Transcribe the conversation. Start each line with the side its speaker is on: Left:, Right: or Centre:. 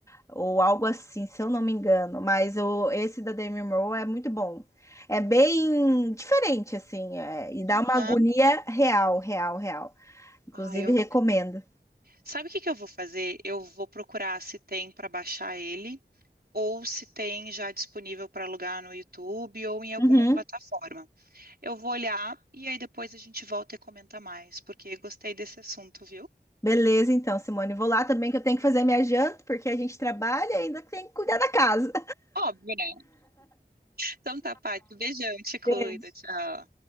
Left: ou algo assim, se eu não me engano. Mas o, esse da Demi Moore é muito bom. É bem diferente, assim, é, e dá
Right: Aham.
Left: uma agonia real, real, real. Inclusive,
Right: Ah, eu.
Left: recomendo.
Right: Sabe o que que eu vou fazer? Eu vou procurar se tem para baixar ele ou se tem já disponível para alugar no YouTube ou em alguma
Left: Uhum.
Right: plataforma. Eu vou olhar e aí depois a gente volta e comenta mais, porque gostei desse assunto, viu?
Left: Beleza, então, Simone. Vou lá também que eu tenho que fazer minha janta, porque a gente trabalha e ainda tem que cuidar da casa.
Right: Óbvio, né? Então tá, Paty. Beijão, te cuida,
Left: <laughs>
Right: tchau.